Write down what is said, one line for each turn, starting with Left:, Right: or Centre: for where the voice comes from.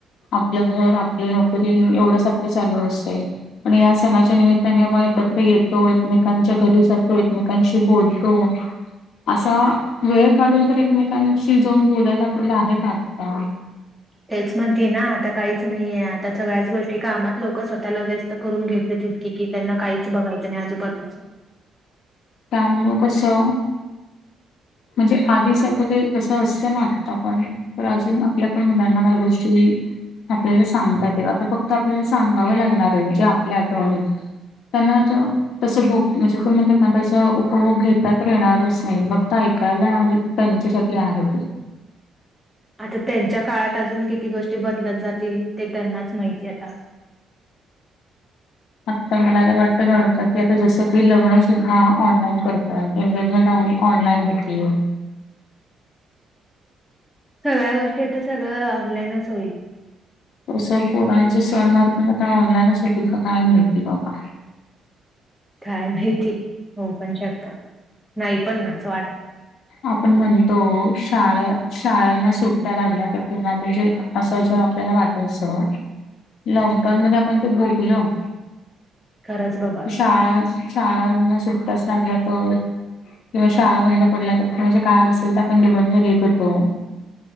Left: आपलं घर, आपली नोकरी एवढंच आपलं चालू असतंय. आणि या सणाच्या निमित्ताने आपण एकत्र येतो, एकमेकांच्या घरी जातो, एकमेकांशी बोलतो. असा वेळ काढून तर एकमेकांशी जाऊन बोलायला आपल्याला आहे का आता.
Centre: तेच म्हणतीय ना. आता काहीच नाहीये, आता सगळ्याच गोष्टी कामात लोकं स्वतः ताला व्यस्त करून घेतले तितके कि, त्यांना काहीच बघायचं नाही आजूबाजूचं.
Left: त्यामुळं कसं? म्हणजे आधी सारखं ते तसं असतं ना आत्ता पण. तर अजून आपल्या पण मुलांना काही गोष्टी आपल्याला सांगता येतात. आता फक्त आपल्याला सांगावं लागणार आहे जे आपल्या आठवणीत त्यांना ज तसं भोग म्हणजे तु म्हणतेस ना, तसं उपभोग घेता तर येणारच नाही बघ. ऐकायला त्यांच्यासाठी आहे ते.
Centre: आता त्यांच्या काळात अजून किती गोष्टी बदलत जातील, ते त्यांनाच माहिती आता.
Left: आता मला तर वाटतं गणपती आता जसं की, लग्न सुद्धा ऑनलाइन करतात. एंगेजमेंट ऑ ऑनलाईन होतील.
Centre: सगळ्या गोष्टी तर सगळं ऑनलाईनच होईल.
Left: तसं पोरांचे सणवार पण आता ऑनलाईनच होतील का काय माहिती बाबा.
Centre: काय माहिती, होऊ पण शकतं. नाही पण ना असं वाटतं.
Left: आपण म्हणतो शाळा शाळांना सुट्ट्या लागल्या, तर किंवा म्हणजे असं ज आपल्याला वाटायचं. लॉकडाऊन मध्ये आपण ते भोगलं.
Centre: खरंच बाबा.
Left: शाळा, शाळांना सुट्ट्याच लागल्या तर. किंवा शाळा बंद पडल्या तर, म्हणजे काय असेल तर आपण निबंध लिहीत होतो.